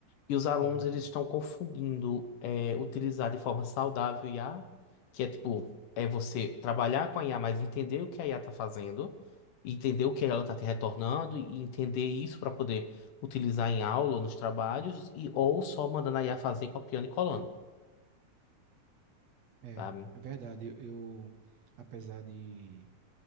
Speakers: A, on the left; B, on the right.
A: E os alunos
B: Uhum.
A: eles estão confundindo é, utilizar de forma saudável I a que é tipo, é você trabalhar com a IA, mas entender o que a IA está fazendo, entender o que ela está te retornando e entender isso para poder utilizar em aula ou nos trabalhos, e, ou só mandando a IA fazer copiando e colando,
B: É,
A: sabe?
B: é verdade. Eu, eu, apesar de,